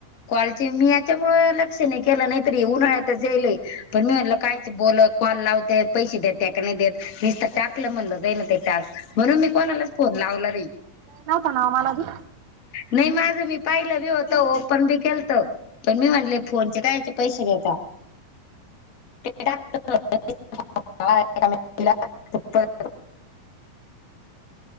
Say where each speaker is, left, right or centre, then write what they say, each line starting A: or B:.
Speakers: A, on the left (about 50°); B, on the right (about 70°).
A: कॉलचे मी याच्यामुळे लक्ष नाही केलं नाहीतरी उन्हाळ्यातच येईल पण मी म्हलं कायच बोलत कॉल लावते पैसे देत त्या नाही देत नीस तर टाकलं म्हणलं जाई ना ते टाक म्हणून मी कोणालाच फोन लावला नाही.
B: नव्हतं ना मला बी
A: नाही माझं मी पाहिलं बी होत ओपन बी केलत पण मी म्हणले फोनचे काय पैसे घेतता <unintelligible> <inaudible>